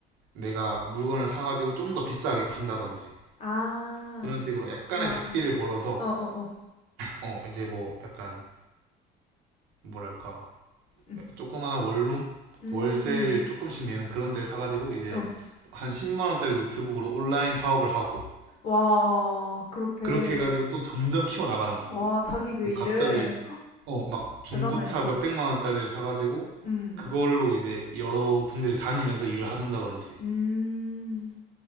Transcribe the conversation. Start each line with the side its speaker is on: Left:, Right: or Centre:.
Right: 내가 물건을 사가지고 좀 더 비싸게 판다든지
Left: 아,
Right: 그런 식으로 약간의
Left: 아,
Right: 잡비를 벌어서
Left: 어, 어, 어.
Right: 어 이제 뭐 약간 뭐랄까
Left: 음,
Right: 조그마한 원룸
Left: 음,
Right: 월세를 조금씩 내는 그런 데를 사가지고 이제
Left: 어.
Right: 한 10만 원짜리 노트북으로 온라인 사업을 하고
Left: 와, 그렇게.
Right: 그렇게 해가지고 또 점점 키워 나가는 거야.
Left: 와, 자기 그
Right: 뭐
Left: 일을.
Right: 갑자기 어 막 중고차
Left: 대단해.
Right: 몇백만 원짜리를 사가지고
Left: 음,
Right: 그걸로 이제 여러 군데를 다니면서 일을 한다든지
Left: 음.